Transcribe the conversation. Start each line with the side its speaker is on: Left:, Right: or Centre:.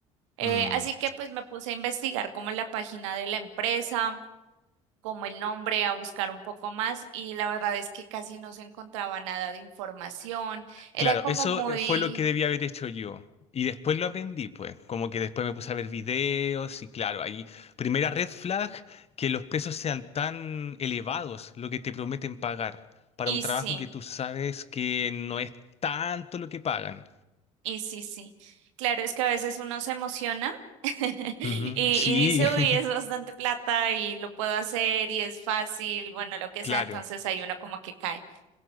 Right: Eh,
Left: Mm,
Right: así que pues me puse a investigar como en la página de la empresa como el nombre, a buscar un poco más y la verdad es que casi no se encontraba nada de información. Era
Left: Claro,
Right: como
Left: eso
Right: muy...
Left: eh, fue lo que debía haber hecho yo. Y después lo aprendí, pues. Como que después me puse a ver videos y claro, ahí, primera red flag, que los precios sean tan elevados, lo que te prometen pagar, para
Right: Y
Left: un trabajo
Right: sí,
Left: que tú sabes que no es tanto lo que pagan.
Right: y sí, sí. Claro, es que a veces uno se emociona <laughs> y,
Left: Ujú, Sí,
Right: y dice, uy,
Left: <laughs>
Right: es bastante plata y lo puedo hacer y es fácil, bueno, lo que
Left: claro.
Right: sea, entonces ahí uno como que cae.